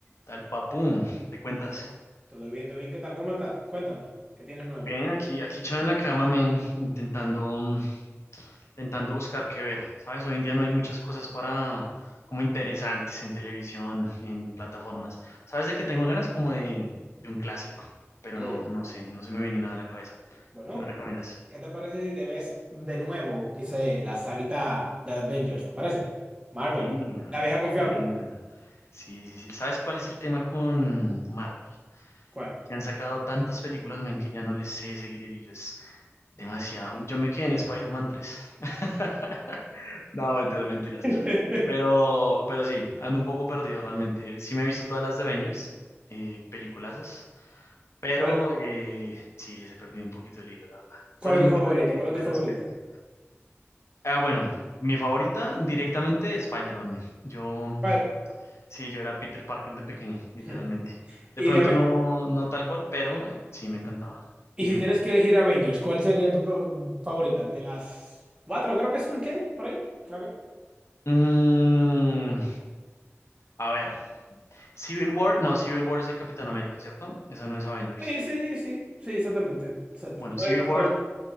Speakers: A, on the left (about 65°); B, on the right (about 20°).
A: Tal papum, te cuentas.
B: Todo bien, todo bien. ¿Qué tal? ¿Cómo estás? Cuéntame, ¿qué tienes nuevo?
A: Ven, aquí, aquí echado en la cama, men, intentando, mm, intentando buscar qué ver. Sabes, hoy en día no hay muchas cosas para, como interesantes en televisión, en plataformas. Sabes de que tengo ganas como de, de un clásico, pero
B: Mm,
A: no, no sé, no se me viene nada a la cabeza.
B: Bueno,
A: ¿Qué me recomiendas?
B: ¿qué te parece si te ves de nuevo, qué sé, la saguita de Avengers? ¿Te parece? Marvel,
A: Damn,
B: la vieja confiable.
A: damn. Sí, sí, sí. ¿Sabes cuál es el tema con Marvel?
B: ¿Cuál?
A: Que han sacado tantas películas, men, que ya no les sé seguir el hilo. Es demasiado. Yo me quedé en Spider-Man 3. <laughs> No, mentiras, mentiras.
B: <laughs>
A: Pero, pero sí, ando un poco perdido realmente. Sí me he visto todas las de Avengers, eh, peliculazas, pero
B: ¿Cuál
A: eh, sí les he perdido un poquito el hilo, la verdad.
B: cuál
A: Tú eres
B: es
A: mucho
B: tu favorito?
A: de,
B: ¿Cuál
A: de
B: es tu favorito?
A: esas pelis. Ah, bueno, mi favorita directamente es Spider-Man. man. Yo,
B: ¿Cuál?
A: sí, yo era Peter Parker de pequeño, literalmente.
B: Hmm.
A: De
B: Y,
A: pronto
B: de Ave-
A: no, no tal cual, pero eh, sí me encantaba.
B: y
A: Dime.
B: si tienes que elegir Avengers, ¿cuál sería tu pro- favorita? De las cuatro, creo que son, ¿qué? Por ahí, creo que.
A: Mm, a ver, Civil War, no, Civil War es de Capitán América, ¿cierto? Esa no es Avengers.
B: Sí, sí, sí, sí, exactamente. Exacto.
A: Bueno,
B: No
A: Civil
B: hay tanta...
A: War